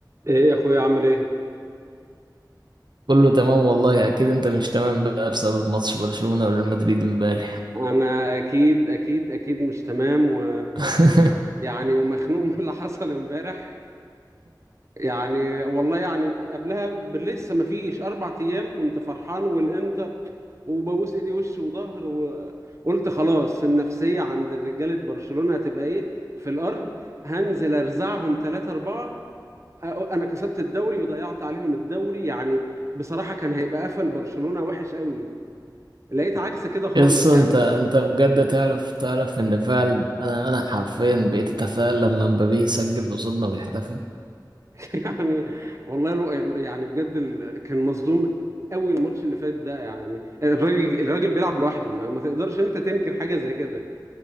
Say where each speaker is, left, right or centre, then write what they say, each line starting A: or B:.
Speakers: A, on the right (about 40°); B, on the right (about 70°).
A: ايه يا اخويا عامل ايه
B: كله تمام والله اكيد انت مش تمام بقى بسبب ماتش برشلونة وريال مدريد امبارح
A: انا اكيد اكيد اكيد مش تمام و
B: <laughs>
A: يعني ومخنوق من اللي حصل امبارح يعني والله يعني قبلها لسه ما فيش اربع ايام كنت فرحان والانتر وببوس ايدي وش وظهر وقلت خلاص النفسية عند رجالة برشلونة هتبقى ايه في الارض هنزل ارزعهم ثلاثة اربعة أ- انا كسبت الدوري وضيعت عليهم الدوري يعني بصراحة كان هيبقى قفل برشلونة وحش قوي لقيت عكس كده خالص
B: يس انت
A: يعني
B: انت بجد تعرف تعرف ان فعلا انا انا حرفيا بقيت اتفائل لما مبابي يسجل قصادنا ويحتفل
A: <laughs> يعني والله لو يعني بجد ال- كان مظلوم قوي الماتش اللي فات ده يعني الراجل الراجل بيلعب لوحده ما, ما تقدرش انت تنكر حاجه زي كده